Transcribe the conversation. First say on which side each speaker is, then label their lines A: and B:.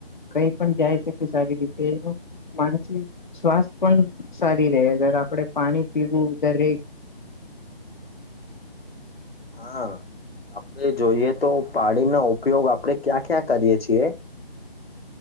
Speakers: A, on the left; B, on the left.
A: કઈ પણ જાય શકે સારી રીતે માણસ સ્વાસ્થ પણ સારી રહે આપણેે પાણી પીવું દરેક <inaudible>
B: હા આપણે જોઈએ તો પાણીનો ઉપયોગ આપડે ક્યાં ક્યાં કરીય છીએ